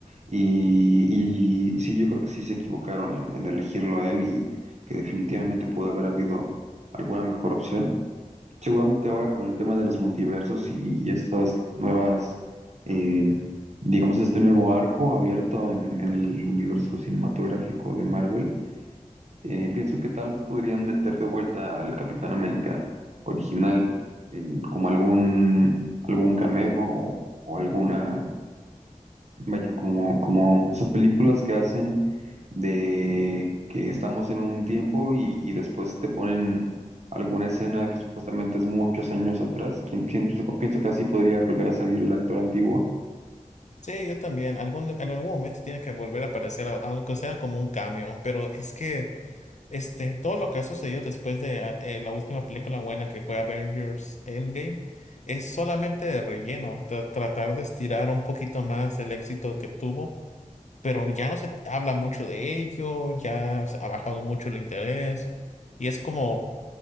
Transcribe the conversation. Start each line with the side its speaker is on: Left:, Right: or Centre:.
Right: y, y sí, yo creo que sí se equivocaron en, en elegirlo a él y que definitivamente pudo haber habido alguna mejor opción. Seguramente ahora con el tema de los multiversos y, y estas nuevas, eh, digamos, este nuevo arco abierto en, en el universo cinematográfico de Marvel, eh, pienso que tal vez podrían meter de vuelta al Capitán América original en, como algún, algún cameo o o alguna Vaya, como, como esas películas que hacen de que estamos en un tiempo y, y después te ponen alguna escena que supuestamente es muchos años atrás. Quien- quien- pienso, pienso que así podría volver a salir el actor antiguo.
Left: Sí, yo también. Algún, en algún momento tiene que volver a aparecer, al- aunque sea como un cameo. Pero es que este, todo lo que ha sucedido después de ah, eh, la última película buena que fue Avengers Endgame es solamente de relleno. tra- tratar de estirar un poquito más el éxito que tuvo. pero ya no se habla mucho de ello, ya se ha bajado mucho el interés y es como